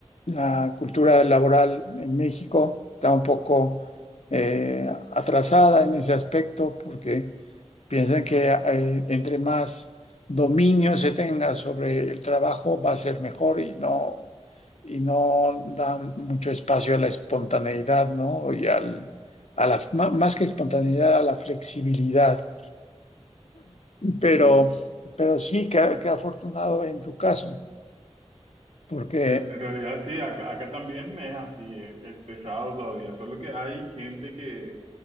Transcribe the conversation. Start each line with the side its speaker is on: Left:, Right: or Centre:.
Left: la cultura laboral en México está un poco eh, atrasada en ese aspecto porque piensan que eh, entre más dominio se tenga sobre el trabajo va a ser mejor y no, y no dan mucho espacio a la espontaneidad, ¿no? Y al, a la, má- más que espontaneidad, a la flexibilidad. Pero,
Right: Sí.
Left: pero sí, qué, qué afortunado en tu caso, porque
Right: En, en realidad sí, acá, acá también es así, es, es pesado todavía, solo que hay gente que,